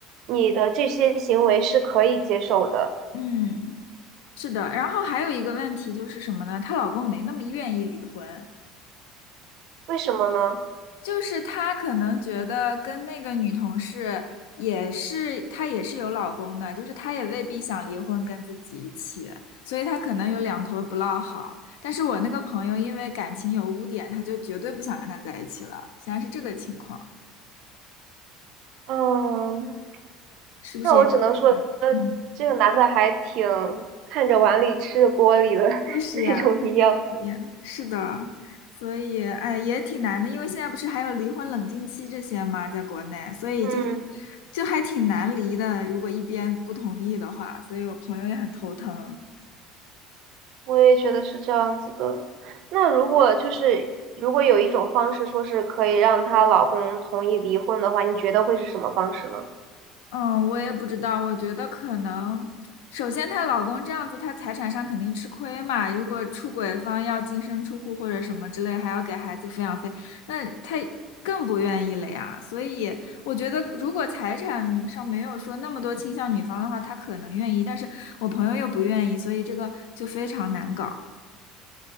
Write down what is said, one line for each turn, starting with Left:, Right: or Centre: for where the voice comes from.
Right: 你的这些行为是可以接受的。
Left: 嗯，是的。然后还有一个问题就是什么呢？她老公没那么愿意离婚。
Right: 为什么呢？
Left: 就是他可能觉得跟那个女同事也是，她也是有老公的，就是她也未必想离婚跟自己一起，所以她可能有两头不落好。但是我那个朋友因为感情有污点，他就绝对不想跟他在一起了，现在是这个情况，
Right: 嗯。
Left: 是不是也？
Right: 那我只能说，呃，
Left: 嗯。
Right: 这个男的还挺看着碗里吃着锅里的 <laughs>
Left: 就是呀，
Right: 那种一样。
Left: 特别讨厌。是的，所以哎，也挺难的，因为现在不是还有离婚冷静期这些嘛，在国内，所以就是
Right: 嗯，
Left: 就还挺难离的。如果一边不同意的话，所以我朋友也很头疼。
Right: 我也觉得是这样子的。那如果就是如果有一种方式说是可以让她老公同意离婚的话，你觉得会是什么方式呢？
Left: 嗯，我也不知道，我觉得可能，首先她老公这样子，她财产上肯定吃亏嘛。如果出轨方要净身出户或者什么之类，还要给孩子抚养费，那她更不愿意了呀。所以我觉得，如果财产上没有说那么多倾向女方的话，她可能愿意，但是我朋友又不愿意，所以这个就非常难搞。